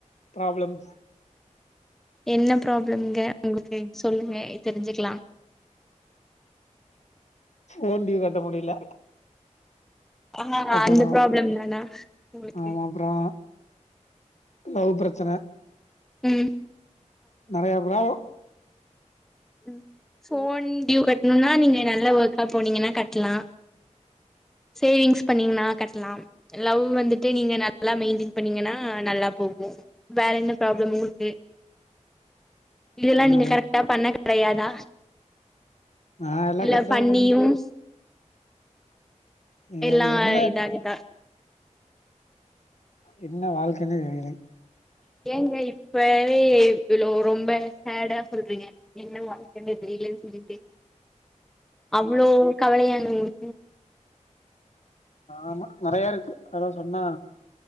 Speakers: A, on the left; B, in the centre.
A: ப்ராப்ளம்ஸ்
B: என்ன ப்ராப்ளம்ங்க உங்களுக்கு சொல்லுங்க தெரிஞ்சுக்கலா
A: ஃபோன் டியு கட்ட முடியல
B: ஹஹாஹ
A: அப்பறோ
B: அந்த பராப்ளம் தானா உங்களுக்கு
A: ஆமா அப்றோ லவ் பிரச்சன
B: உம்
A: நெறையா ப்ராப்ளொ
B: உம் ஃபோன் டியோ கட் னம்ன்னா நீங்க நல்ல ஒர்க்கா போனீங்கன்னா கட்லா சேவிங்ஸ் பண்ணீங்கன்னா கட்லா லவ் வந்துட்டு நீங்க நல்லா மெயின்டெய்ன் பண்ணீங்கன்னா நல்லா போகும் வேற என்ன ப்ராப்ளம் உங்களுக்கு இதெல்லா
A: ஆ
B: நீங்க கரெக்டா பண்ண கெடையாதா
A: நா எல்லா
B: இல்ல
A: கரெக்டா
B: பண்ணியும்
A: இது பண்ணி எ
B: எல்லா
A: என்ன
B: இதாகுதா <inaudible>
A: என்ன வாழ்க்கன்னே தெரியலங்
B: ஏங்க இப்பவே இவ்ளோ ரொம்ப சேடா சொல்றீங்க என்ன வாழ்க்கன்ன தெரியலன்னு சொல்லிட்டு அவ்ளோ கவலையா உம்
A: ஆமா நெறயா இருக்கு அதலா சொன்னா